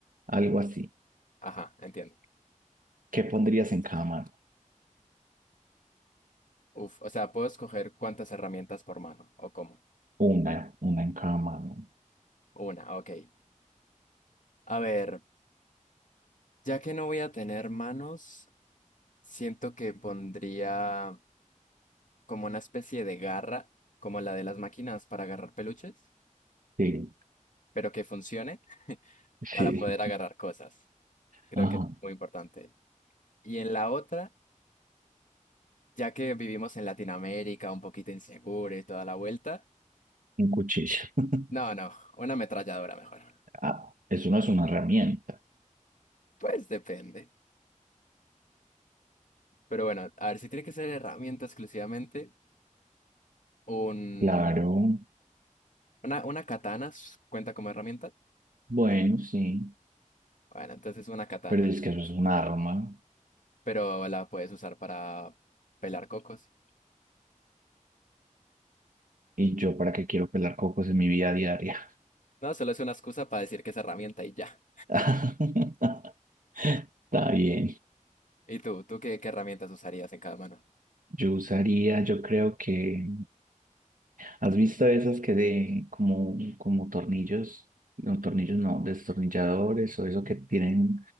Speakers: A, on the right; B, on the left.
A: algo así.
B: Ajá, entiendo.
A: ¿Qué pondrías en cada mano?
B: Uf, o sea, puedo escoger cuántas herramientas por mano o cómo.
A: Una, una en cada mano.
B: Una, ok. A ver, ya que no voy a tener manos, siento que pondría como una especie de garra, como la de las máquinas para agarrar peluches,
A: Sí,
B: pero que funcione
A: <laughs>
B: para
A: sí.
B: poder agarrar cosas. Creo
A: Ajá,
B: que es muy importante. Y en la otra... ya que vivimos en Latinoamérica, un poquito inseguro y toda la vuelta.
A: un cuchillo. <laughs>
B: No, no, una ametralladora mejor.
A: Ah, eso no es una herramienta.
B: Pues depende. Pero bueno, a ver si tiene que ser herramienta exclusivamente, un,
A: Claro,
B: una, una katana s- cuenta como herramienta.
A: bueno, sí,
B: Bueno, entonces una katana,
A: pero es que eso es un arma.
B: pero la puedes usar para pelar cocos.
A: ¿Y yo para qué quiero pelar cocos en mi vida diaria?
B: No, solo es una excusa para decir que es herramienta y ya.
A: <laughs> Está bien.
B: ¿Y tú? ¿Tú qué, qué herramientas usarías en cada mano?
A: Yo usaría, yo creo que... ¿Has visto esas que de como, como tornillos? No, tornillos no, destornilladores o eso que tienen,